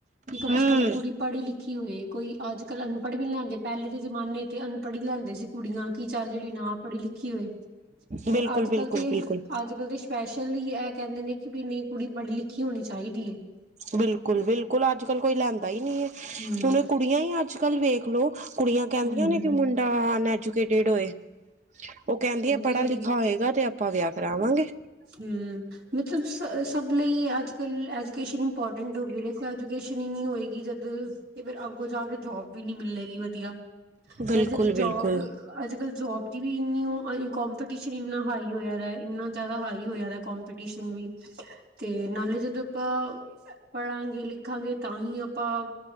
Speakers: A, on the right; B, on the right.
A: ਕਿ ਕਮ
B: ਹਮ
A: ਸੇ ਕਮ ਕੁੜੀ। ਪੜ੍ਹੀ ਲਿਖੀ ਹੋਵੇ ਕੋਈ ਅੱਜ ਕੱਲ੍ਹ ਅਨਪੜ੍ਹ ਵੀ ਨਹੀਂ ਲਿਆਂਦੇ ਪਹਿਲੇ ਦੇ ਜਮਾਨੇ ਤੇ ਅਨਪੜ੍ਹ ਹੀ ਲਿਆਂਦੇ ਸੀ ਕੁੜੀਆਂ ਕੀ ਚੱਲ। ਜਿਹੜੀ ਨਾ ਪੜ੍ਹੀ ਲਿਖੀ ਹੋਏ। ਉਹ
B: ਬਿਲਕੁਲ
A: ਅੱਜ
B: ਬਿਲਕੁਲ
A: ਕੱਲ ਤੇ
B: ਬਿਲਕੁਲ
A: ਅੱਜ ਕੱਲ ਦੇ। ਸਪੈਸ਼ਲੀ ਇਹ ਕਹਿੰਦੇ ਨੇ ਕਿ ਵੀ ਨਹੀਂ ਕੁੜੀ ਪੜ੍ਹੀ ਲਿਖੀ ਹੋਣੀ ਚਾਹੀਦੀ ਹੈ।
B: ਬਿਲਕੁਲ ਬਿਲਕੁਲ ਅੱਜ ਕੱਲ ਕੋਈ ਲੈਂਦਾ ਹੀ ਨਹੀਂ ਹੈ
A: ਹੂੰ,
B: ਹੁਣ ਇਹ ਕੁੜੀਆਂ ਹੀ ਅੱਜ ਕੱਲ ਵੇਖ ਲੳ। ਕੁੜੀਆਂ ਕਹਿੰਦੀਆਂ
A: ਹੂੰ,
B: ਨੇ
A: ਹੂੰ
B: ਕਿ ਮੁੰਡਾ ਅਨਐਜੂਕੇਟਿਡ ਹੋਏ ਉਹ। ਕਹਿੰਦੀ ਆ
A: ਤੇ
B: ਪੜ੍ਹਾ
A: ਹੈ
B: ਲਿਖਾ ਹੋਏਗਾ ਤੇ ਆਪਾਂ ਵਿਆਹ ਕਰਾਵਾਂਗੇ।
A: ਹੂੰ ਮਤਲਬ ਸ ਸਭ ਲਈ ਅੱਜ ਕੱਲ ਐਜੂਕੇਸ਼ਨ ਇੰਪੋਰਟੈਂਟ ਹੋ ਗਈ ਦੇਖੋ। ਐਜੂਕੇਸ਼ਨ ਨਹੀਂ ਹੋਏਗੀ। ਜਦ ਤੇ ਫਿਰ ਅੱਗੋਂ ਜਾ ਕੇ ਜੋਬ ਵੀ ਨੀ ਮਿਲੇਗੀ ਵਧੀਆ।
B: ਬਿਲਕੁਲ
A: ਫੇਰ ਜਦੋਂ
B: ਬਿਲਕੁਲ
A: ਜੋਬ, ਅੱਜ ਕੱਲ ਜੋਬ ਦੀ ਵੀ ਇਨੀ ਕਪੀਟੀਸ਼ਨ ਇੰਨਾ ਹਾਈ ਹੋਇਆ ਦਾ ਇੰਨਾ ਜ਼ਿਆਦਾ ਹਾਈ ਹੋਇਆ ਦਾ ਕਪੀਟੀਸ਼ਨ ਵੀ। ਤੇ ਨਾਲੇ ਜਦੋਂ ਆਪਾਂ ਪੜਾਂਗੇ, ਲਿਖਾਂਗੇ ਤਾਂ ਹੀ ਆਪਾਂ।